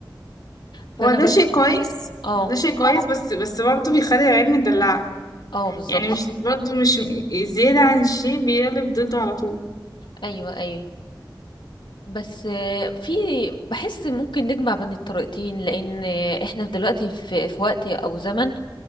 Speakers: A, on the left; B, on the left.
A: فانا
B: هو ده
A: بشوف
B: شيء كويس
A: اه
B: ده شيء كويس بس بس برضه بيخلي العيال مدلعة
A: اه بالظبط
B: يعني مش برضه مش م- زيادة عن الشيء بيقلب ضده على طول
A: ايوه ايوه بس آه، في بحس ممكن نجمع بين الطريقتين لان آه، احنا دلوقتي في في وقت او زمن